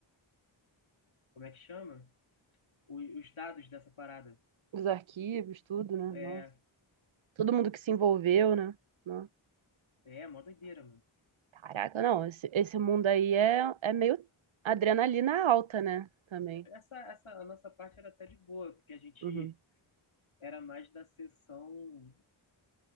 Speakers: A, on the left; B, on the right.
A: como é que chama? O- Os dados dessa parada.
B: Os arquivos, tudo, né?
A: É,
B: Nossa. Todo mundo que se envolveu, né? Nossa.
A: é, mó doideira, mano.
B: Caraca, não, esse, esse mundo aí é, é meio adrenalina alta, né? Também.
A: Essa, essa, a nossa parte era até de boa, porque a gente
B: Uhum,
A: era mais da sessão